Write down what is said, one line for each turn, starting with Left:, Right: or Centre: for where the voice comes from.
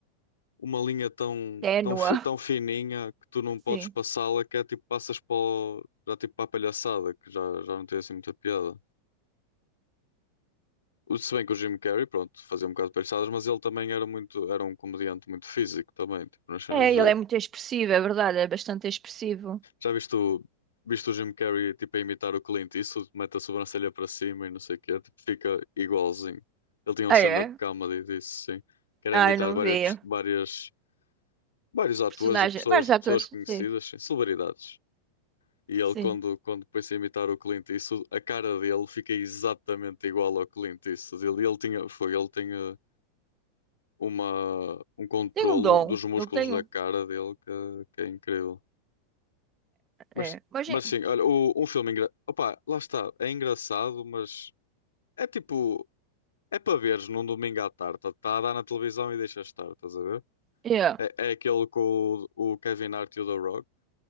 Left: uma linha tão,
Right: Ténua.
Left: tão, fi- tão fininha que tu não podes
Right: Sim.
Left: passá-la, que é tipo, passas para o- já tipo para a palhaçada, que já, já não tem assim muita piada. O- Se bem que o Jim Carrey, pronto, fazia um bocado de palhaçadas, mas ele também era muito, era um comediante muito físico também, tipo, nas cenas
Right: É,
Left: dele.
Right: ele é muito expressivo, é verdade, é bastante expressivo.
Left: Já viste o, viste o Jim Carrey, tipo, a imitar o Clint Eastwood, mete a sobrancelha para cima e não sei o quê, tipo, fica igualzinho. Ele tinha um
Right: Ah,
Left: stand-up
Right: é?
Left: comedy disso, sim, que era
Right: Ai,
Left: imitar
Right: não
Left: várias,
Right: vi.
Left: várias, vários atores
Right: personagem,
Left: e pessoas,
Right: vários atores,
Left: pessoas conhecidas,
Right: sim,
Left: sim, celebridades. E ele,
Right: sim.
Left: quando, quando pôs a imitar o Clint Eastwood, a cara dele fica exatamente igual ao Clint Eastwood. Ele, ele tinha, foi, ele tinha uma, um controlo
Right: Tem um dom,
Left: dos músculos
Right: eu tenho,
Left: da cara dele que, que é incrível. Mas,
Right: é, mas,
Left: mas
Right: é.
Left: sim, olha, o, um filme engra... Opa, lá está, é engraçado, mas é tipo, é para veres num domingo à tarde. Está a dar na televisão e deixa estar, estás a ver?
Right: yeah.
Left: É, é aquele com o, o Kevin Hart e o The Rock,